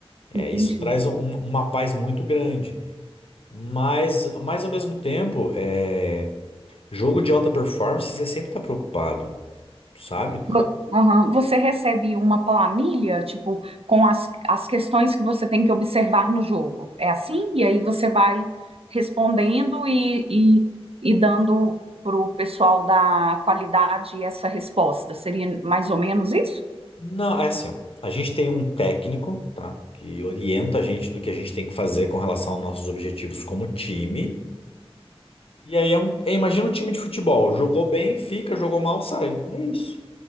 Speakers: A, on the left; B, on the right.
A: É,
B: Entendi.
A: isso traz um- um, uma paz muito grande. Mas, mas ao mesmo tempo, é, jogo de alta performance, você sempre está preocupado. Sabe?
B: Vo- aham. Você recebe uma planilha, tipo, com as, as questões que você tem que observar no jogo. É assim? E aí você vai respondendo e, e, e dando para o pessoal da qualidade essa resposta. Seria mais ou menos isso?
A: Não, é assim, ó. A gente tem um técnico, tá? Que orienta a gente do que a gente tem que fazer com relação aos nossos objetivos como time. E aí é um. é, imagina um time de futebol. Jogou bem, fica, jogou mal, sai. É isso.